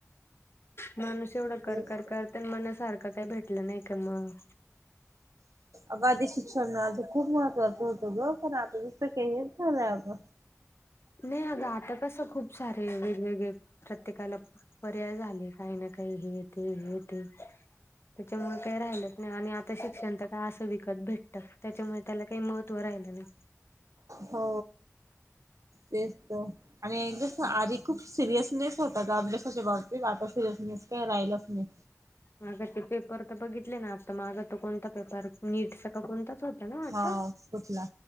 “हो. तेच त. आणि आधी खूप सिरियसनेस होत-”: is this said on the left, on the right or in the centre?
Right